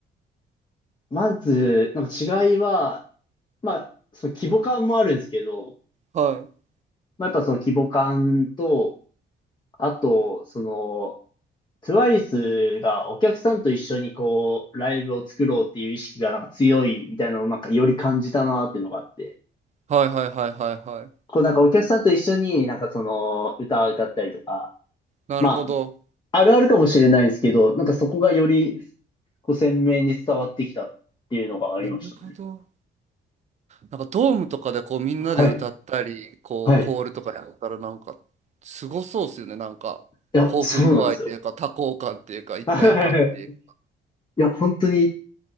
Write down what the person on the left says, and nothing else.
まず、なんか違いは、まあ、その規模感もあるんですけど、
まあ、やっぱその規模感と、あと、その、TWICE がお客さんと一緒にこう、ライブを作ろうっていう意識がなんか強いみたいなのをなんかより感じたなっていうのがあって、
こうなんかお客さんと一緒になんかその、歌を歌ったりとか、
まあ、あるあるかもしれないんですけど、なんかそこがよりこう鮮明に伝わってきたっていうのがありましたね。
はい。
はい。い
や、そうなんですよ。<laughs> いや、本当に